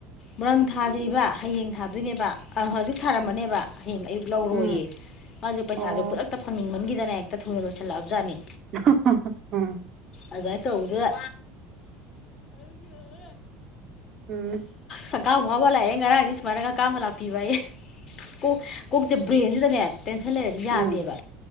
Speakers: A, on the left (about 40°); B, on the right (about 40°).
A: ꯃꯪ ꯊꯥꯗ꯭ꯔꯤꯕ ꯍꯌꯦꯡ ꯊꯥꯗꯣꯏꯅꯦꯕ ꯑ ꯍꯧꯖꯤꯛ ꯊꯥꯔꯝꯕꯅꯦꯕ ꯍꯌꯦꯡ ꯑꯌꯨꯛ ꯂꯧꯔꯣꯏꯌꯦ
B: ꯎꯝ
A: ꯃꯥꯁꯦ ꯄꯩꯁꯥꯥꯁꯦ
B: ꯑꯣ
A: ꯈꯨꯗꯛꯇ ꯐꯪꯅꯤꯡꯃꯟꯈꯤꯗꯅ ꯍꯦꯛꯇ ꯊꯨꯅ ꯂꯣꯏꯁꯤꯜꯂꯛꯑꯕꯖꯥꯠꯅꯤ
B: <inaudible>
A: ꯑꯗꯨꯃꯥꯏꯅ ꯇꯧꯕꯗꯁꯨ
B: ꯎꯝ
A: ꯁꯀꯥ ꯋꯥꯕ ꯂꯥꯛꯑꯦ ꯉꯔꯥꯡ ꯑꯅꯤ ꯁꯨꯃꯥꯏꯅꯒ ꯀꯥꯕ ꯂꯥꯛꯄꯤꯕ ꯑꯦ ꯀꯣꯛ ꯀꯣꯛꯁꯦ ꯕ꯭ꯔꯦꯟꯁꯤꯗꯅꯦ ꯇꯦꯟꯁꯟ ꯂꯩꯔꯗꯤ ꯌꯥꯗꯦꯕ
B: ꯎꯝ